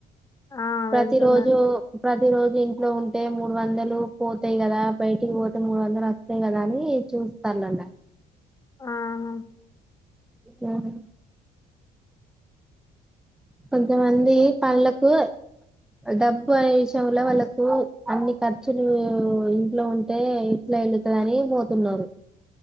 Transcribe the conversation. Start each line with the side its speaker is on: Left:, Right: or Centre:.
Left: ఆ
Centre: ప్రతిరోజు
Left: వెళ్తున్నారు
Centre: ప్ర ప్రతి రోజు ఇంట్లో ఉంటే మూడు వందలు పోతాయి కదా బయటికి పోతే మూడు వందలు వస్తాయి కదా అని చూ ఇస్తాండ్రంట
Left: ఆహా
Centre: మ్మ్ కొంతమంది పనులకు డబ్బు అనే విషయంలో వాళ్ళకు అన్ని ఖర్చులు, ఇంట్లో ఉంటే ఈట్లె ఎళ్లుతదని బోతున్నారు.